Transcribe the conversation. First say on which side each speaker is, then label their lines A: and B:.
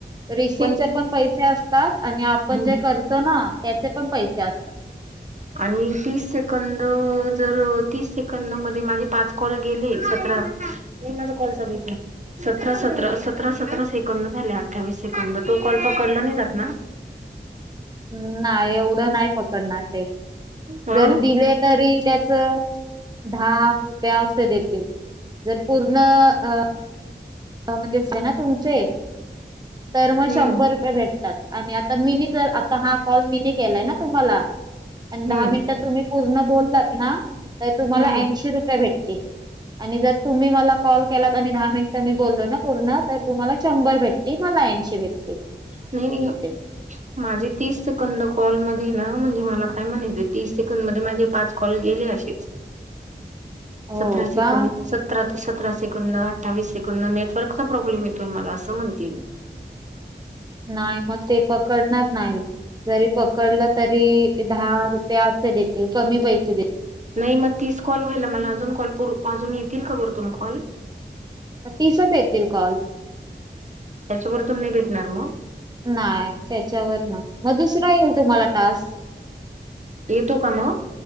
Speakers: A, on the right; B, on the right.
A: रिसिवचे
B: पण
A: पणं पैसे असतांत आणि आपणं
B: हम्म
A: जे करं.. करतो नां त्यांचे पणं पैसे असतांत.
B: आणि तीस सेकंद जरं तीस सेकंद मध्यें माझे पांच कॉल गेले सतरा.. नाहीं माझं कॉलचालूं इथे. सतरा सतरा सतरा सतरा सेकंद झाले अठ्ठावीस सेकंद तो कॉल पकडलां नाहीं जातं नां.
A: नाहीं नाहीं एवढं नाहीं पकडणांर ते
B: हा
A: दिले.. दिले तरी त्याचं दहा रुपया असं.. ते दे तीलं जरं पूर्ण अं म्हणजे असते नां तुमचे तरं मंग
B: हम्म
A: शंभर रुपये भेटतांत. आणि आंता मीनी तरं आंता हां कॉल मीने केलांय नां तुम्हांला आणि
B: हम्म
A: दहा मिनिटांत तुंम्ही.. पूर्ण बोलंलातं नां तरं तुम्हांला
B: हम्म
A: ऐंशी रुपये भेटतील. आणि जरं तुंम्ही मलां कॉल केलां आणि दहा मिनटं.. मी बोलंलो नां पूर्ण तरं तुम्हांला शंभर भेटतील मलां ऐंशी भेटतील
B: नाहीं
A: ह <unintelligible>
B: माझे तीस सेकंद कॉलमध्यें नां म्हणजे मलां कायं म्हणायचं तीस सेकंद मध्यें माझे पांच कॉल गेलेचं अशेचं
A: <unintelligible> <unintelligible>
B: सतरा सिकांनि
A: का?
B: स सतरा ते सतरा सेकंदड अठ्ठावीस सेकंड नेटवर्कचा प्रॉब्लेम येतो मलां असं म्हणते
A: नाहीं मंग ते पकडणांर नाहीं जरी पकडलं तरी दहा रुपये असे देतीलं कमी पैसे देतीलं
B: नाहीं मंग तीस कॉल व्हांयला मलां अजूंन कॉल अजूंन येतीलं कां वरतूंन कॉल
A: तीसच येतील कॉल,
B: त्याच्याबरोब तुम नाही भेटणार मग,
A: नाही, त्याच्यावर ना मग दुसरा येईल तुम्हाला टास्क.
B: येतो का मग?